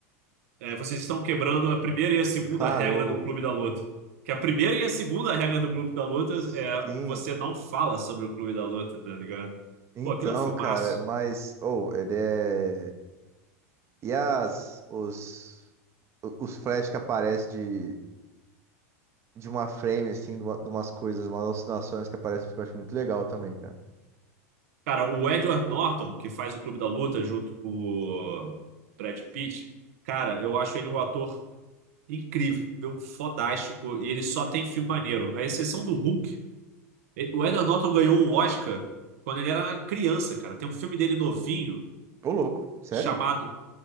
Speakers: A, on the right; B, on the right.
A: é, vocês estão quebrando a primeira e a segunda
B: falhou.
A: regra do clube da luta. Que a primeira e a segunda regra do clube da luta
B: Sim.
A: é você não fala sobre o clube da luta, tá ligado?
B: Então,
A: Pô, aquilo é um filmaço.
B: cara, mas. Oh, ele é. E as. Os. o- Os flash que aparecem de. De uma frame, assim, de, uma- de umas coisas, umas alucinações que aparecem, eu acho muito legal também, cara.
A: Cara, o Edward Norton, que faz o Clube da Luta junto com o Brad Pitt, cara, eu acho ele um ator incrível, fodástico, e ele só tem filme maneiro. A exceção do Hulk. E- O Edward Norton ganhou um Oscar quando ele era uma criança, cara. Tem um filme dele novinho
B: Ô, louco. Sério?
A: chamado,